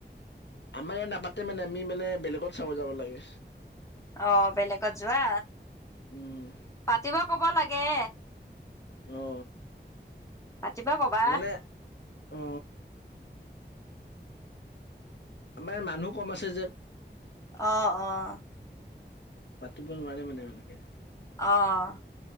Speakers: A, on the left; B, on the left.
A: আমাৰ ইয়াত নাপাতে মানে আমি মানে বেলেগত চাব যাব লাগে।
B: অ, বেলেগত যোৱা
A: উম,
B: পাতিব কব লাগে
A: অ
B: পাতিবা কবা
A: মানে অ আমাৰ মানুহো কম আছে যে
B: অ', অ',
A: পাতিব নোৱাৰাৰেে মানে এনেকে
B: অ',